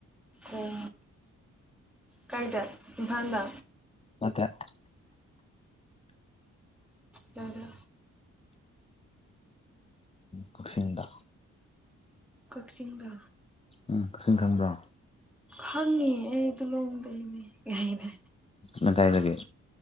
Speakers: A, in the centre; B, on the left.
A: ꯑꯣ ꯀꯥꯏꯗꯦ ꯏꯐꯥ ꯍꯗꯥ
B: ꯃꯀꯦ
A: ꯀꯗ
B: ꯄꯨꯁꯤꯗ
A: ꯀꯛꯆꯤꯡꯗ
B: ꯎꯝ ꯀꯛꯆꯤꯡ ꯈꯪꯕ꯭ꯔꯣ
A: ꯈꯪꯉꯦ ꯑꯩ ꯑꯗꯨ ꯂꯣꯡꯗꯅꯦ ꯌꯥꯅꯦ
B: ꯅꯪ ꯀꯥꯏꯗꯗꯒꯤꯦ